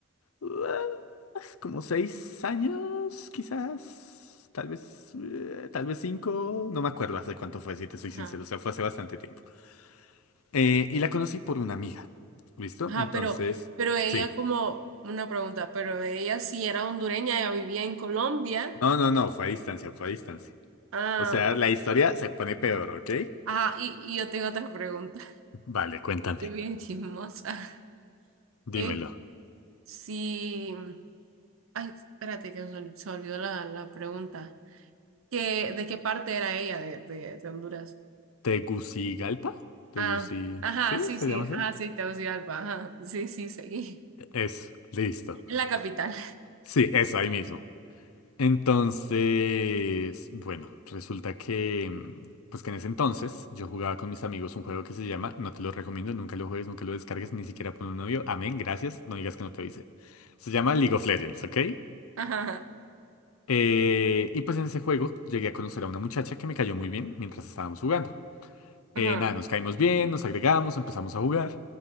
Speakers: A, on the left (about 80°); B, on the right (about 70°).
A: ah, Como seis años, quizás. Tal vez, eh, tal vez cinco. No me acuerdo hace cuánto fue, si te soy
B: Ajá.
A: sincero. O sea, fue hace bastante tiempo. Eh, y la conocí por una amiga. ¿Listo?
B: Ajá,
A: Entonces,
B: pero, pero ella
A: sí.
B: como una pregunta, pero ella sí era hondureña, ella vivía en Colombia.
A: No, no, no, fue a distancia, fue a distancia.
B: Ah,
A: O sea, la historia se pone peor, ¿ok?
B: ajá, y, y yo tengo otra pregunta.
A: Vale, cuéntame.
B: Yo bien chismosa. <laughs>
A: Dímelo.
B: Eh, sí. Ay, espérate que se, ol- se olvidó la, la pregunta. ¿Qué, de qué parte era ella de, de, de Honduras?
A: ¿Tegucigalpa? ¿Teguci...
B: Ah, ajá,
A: ¿Sí?
B: sí,
A: ¿Se
B: sí,
A: llama
B: ajá,
A: así?
B: sí, Tegucigalpa, ajá, sí, sí, seguí.
A: Eso, listo.
B: En la capital.
A: Sí, eso, ahí mismo. Entonces, bueno, resulta que, mm, pues que en ese entonces yo jugaba con mis amigos un juego que se llama, no te lo recomiendo, nunca lo juegues, nunca lo descargues, ni siquiera por un novio, amén, gracias, no digas que no te avisé. Se llama League of Legends, ¿ok?
B: <laughs> Ajá,
A: Eh, y pues en ese juego llegué a conocer a una muchacha que me cayó muy bien mientras estábamos jugando.
B: ajá,
A: Eh, nada, nos caímos bien, nos agregamos, empezamos a jugar